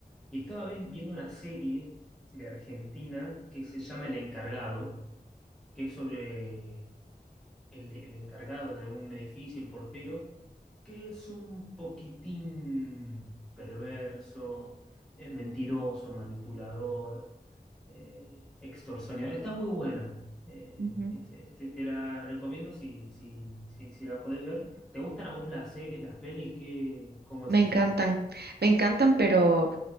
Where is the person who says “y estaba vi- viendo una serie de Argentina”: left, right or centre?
Centre